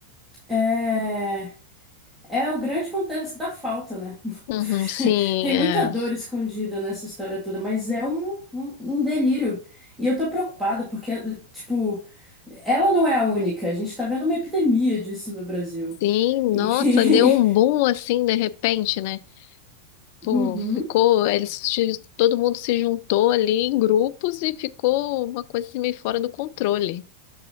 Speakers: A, in the centre; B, on the left.
A: é, é o grande contexto da falta, né?
B: Uhum,
A: <laughs>
B: sim,
A: Tem muita
B: é.
A: dor escondida nessa história toda, mas é um, um, um delírio. E eu tô preocupada porque, tipo, ela não é a única. A gente tá vendo uma epidemia disso no Brasil.
B: Sim,
A: E...
B: nossa, deu um
A: <laughs>
B: boom assim de repente, né?
A: Uhum.
B: Pô, ficou, eles, se- todo mundo se juntou ali em grupos e ficou uma coisa assim, meio fora do controle.